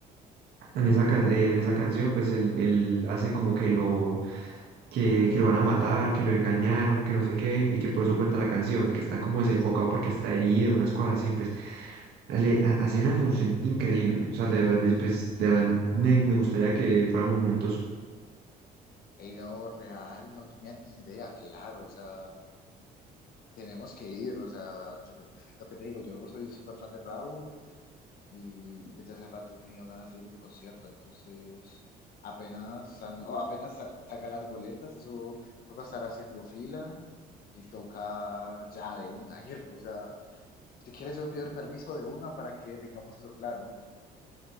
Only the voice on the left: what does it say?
Y no, real, no tenía ni idea, claro, o sea, tenemos que ir, o sea, yo- lo que te digo, yo soy súper fan de Raúl y desde hace rato he tenido ganas de ir a un concierto, entonces apenas, san- o apenas sa- saca las boletas, eso toca estar haciendo fila y toca ya de una ir, o sea, si quieres yo pido el permiso de una para que tengamos eso claro.